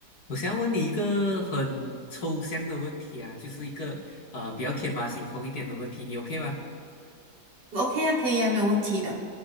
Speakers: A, on the left; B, on the right.
A: 我想要问你一个很抽象的问题啊，就是一个呃比较天马行空一点的问题，你 OK 吗？
B: OK 啊，可以啊，没有问题的。